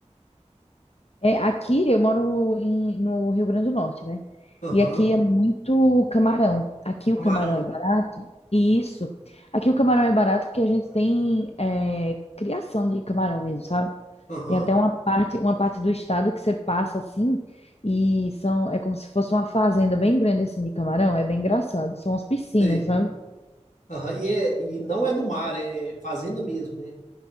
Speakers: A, on the left; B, on the left.
A: É, aqui eu moro em- no Rio Grande do Norte, né?
B: Aham.
A: E aqui é muito camarão. Aqui o
B: Camarão.
A: camarão é barato, e isso. Aqui o camarão é barato porque a gente tem é, criação de camarão mesmo, sabe?
B: Aham.
A: Tem até uma parte, uma parte do estado que você passa assim, e são, é como se fosse uma fazenda bem grande assim de camarão. É bem engraçado. São as piscinas,
B: Sei.
A: sabe?
B: Aham. E é e não é no mar, é fazenda mesmo, né?